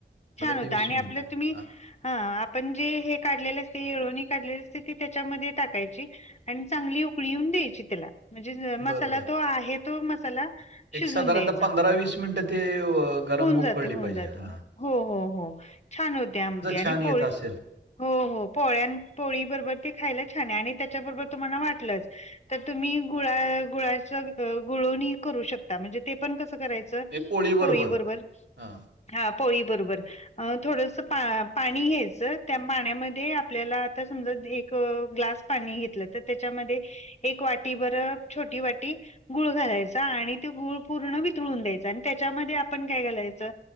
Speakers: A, on the left; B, on the right.
A: छान होत
B: ते
A: आणि
B: मिनिटं.
A: आपलं तुम्ही
B: हां,
A: हा आपण जे हे काढलेले असते येळवणी काढलेली असते ती त्याच्यामध्ये टाकायची. आणि चांगली उकळी येऊन द्यायची त्याला म्हणजे मसाला
B: बरोबर.
A: तो आहे तो मसाला शिजून
B: एक साधारणतः
A: द्यायचा
B: पंधरा वीस मिनिटं ते गरम
A: होऊन
B: अ..
A: जाते
B: उकळली
A: होऊन
B: पाहिजे
A: जाते
B: हा.
A: हो हो हो छान होते आमटी आणि
B: छान येत
A: पोळी
B: असेल.
A: हो हो पोळ्या अन् पोळी बरोबर ते खायला छान आहे आणि त्याच्याबरोबर तुम्हाला वाटलंच तर तुम्ही गुळा गुळाच गुळवनी करू शकता म्हणजे ते पण कसं करायचं
B: हे पोळीबरोबर.
A: पोळी बरोबर
B: हां.
A: हा पोळी बरोबर. अ थोडस पा पाणी घ्यायचं त्या पाण्यामध्ये आपल्याला आता समजा एक ग्लास पाणी घेतलं तर त्याच्यामध्ये एक वाटी बर छोटी वाटी गुळ घालायचा आणि ते गूळ पूर्ण वितळून द्यायचा आणि त्याच्यामध्ये आपण काय घालायचं